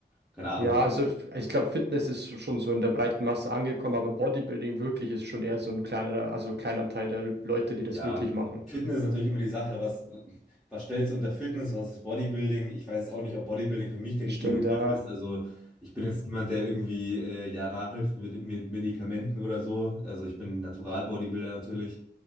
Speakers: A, in the centre; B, on the right (about 70°).
A: Keine Ahnung,
B: Ja,
A: so,
B: also f- ich glaube, Fitness ist so- schon so in der breiten Masse angekommen, aber Bodybuilding wirklich ist schon eher so ein kleiner, also kleiner Teil der Leute, die das
A: ja.
B: wirklich machen.
A: Fitness ist natürlich immer die Sache. Was, was stellst du unter Fitness? Was ist Bodybuilding? Ich weiß jetzt auch nicht, ob Bodybuilding für mich der richtige
B: Stimmt,
A: Begriff
B: ja.
A: ist. Also ich bin jetzt niemand, der irgendwie äh, ja nachhilft mit, mit Medikamenten oder so. Also ich bin Natural-Bodybuilder natürlich.